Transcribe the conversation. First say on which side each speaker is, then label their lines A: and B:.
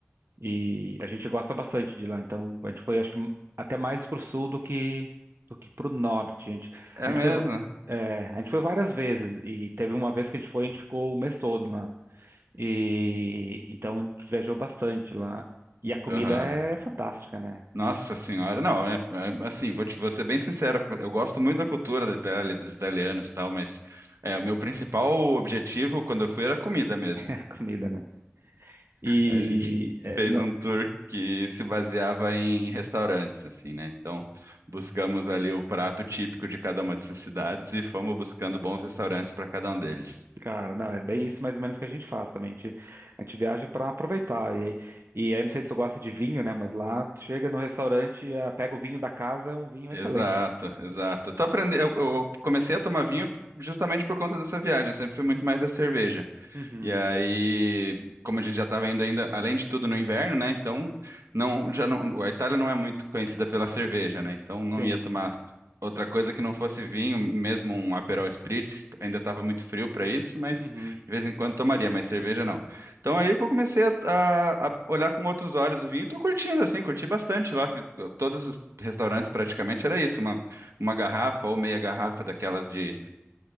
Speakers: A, on the right; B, on the right.
A: E a gente gosta bastante de lá. Então, a gente foi, acho que, até mais pro sul do que, do que pro norte. A gente,
B: É
A: a
B: mesmo.
A: gente foi, é, a gente foi várias vezes. E teve uma vez que a gente foi, a gente ficou o mês todo lá. E, então, a gente viajou bastante lá. E a comida
B: Aham.
A: é fantástica, né?
B: Nossa senhora, não, é, é- assim, vou, te, vou ser bem sincero, eu gosto muito da cultura da Itália, dos italianos e tal, mas é, o meu principal objetivo quando eu fui era comida mesmo.
A: <laughs> A comida, né? E
B: A gente
A: é,
B: fez
A: não-
B: um tour que se baseava em restaurantes, assim, né? Então, buscamos ali o prato típico de cada uma dessas cidades e fomos buscando bons restaurantes para cada um deles.
A: Cara, não, é bem isso mais ou menos que a gente faz também. A gente, a gente viaja para aproveitar. E aí, e aí, não sei se tu gosta de vinho, né? Mas lá tu chega no restaurante, ah, pega o vinho da casa, é um vinho excelente.
B: Exato, exato. Tô aprendendo, eu, eu comecei a tomar vinho justamente por conta dessa viagem, eu sempre fui muito mais a cerveja.
A: Uhum,
B: E aí, como a gente já estava indo ainda, além de tudo no inverno, né? Então, não, já não, a Itália não é muito conhecida pela cerveja, né? Então, não
A: sim.
B: ia tomar outra coisa que não fosse vinho, mesmo um Aperol Spritz, ainda estava muito frio para isso, mas
A: Uhum,
B: de vez em quando tomaria, mas cerveja não. Então, aí que eu comecei a, a- a olhar com outros olhos o vinho, e tô curtindo assim, curti bastante lá, fi- todos os restaurantes praticamente era isso, uma, uma garrafa ou meia garrafa daquelas de